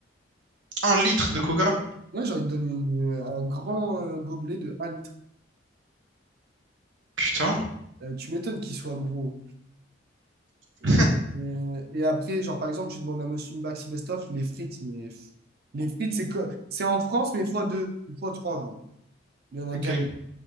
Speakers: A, on the right; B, on the right.
A: Un litre de coca?
B: Moi, genre, ils te donnent une- un grand euh, gobelet de un litre.
A: Putain,
B: Euh, tu m'étonnes qu'il soit gros. Et,
A: <laughs>
B: euh, et après, genre, par exemple, tu demandes à Monsieur Maxi Best Of les frites, mais pff, les frites, c'est co- c'est en France, mais fois deux, fois trois, genre. Il y en a
A: ok,
B: gagne.